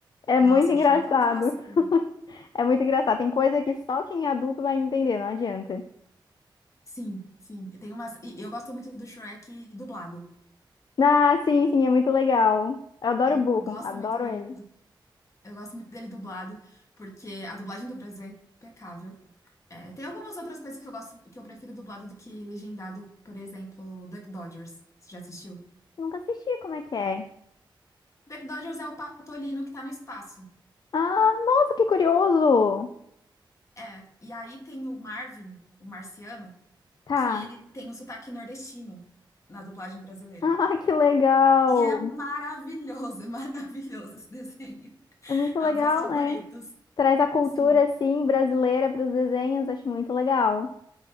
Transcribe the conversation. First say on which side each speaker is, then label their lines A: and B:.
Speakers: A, on the left; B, on the left.
A: É
B: Nossa,
A: muito engraçado.
B: Shrek é um clássico, né?
A: É muito engraçado. Tem coisa que só quem é adulto vai entender, não adianta.
B: Sim, sim. E tem umas... e eu gosto muito do Shrek dublado.
A: Ah, sim, sim, é muito legal. Eu adoro
B: Eu
A: o burro,
B: gosto
A: adoro
B: muito dele,
A: ele.
B: eu gosto muito dele dublado, porque a dublagem do Brasil é impecável. É, tem algumas outras coisas que eu gosto, que eu prefiro dublado do que legendado, por exemplo, Duck Dodgers. Você já assistiu?
A: Nunca assisti, como é que é?
B: Duck Dodgers é o patolino que tá no espaço.
A: Ah, nossa, que curioso!
B: É, e aí tem o Marvin, o marciano,
A: Tá.
B: que ele
A: <laughs>
B: tem o sotaque nordestino na dublagem brasileira.
A: Ah, que legal!
B: E é maravilhoso, é <laughs> maravilhoso esse desenho.
A: É muito
B: É
A: legal,
B: um dos meus favoritos.
A: né? Traz a cultura,
B: Sim,
A: assim, brasileira para os desenhos, acho muito legal.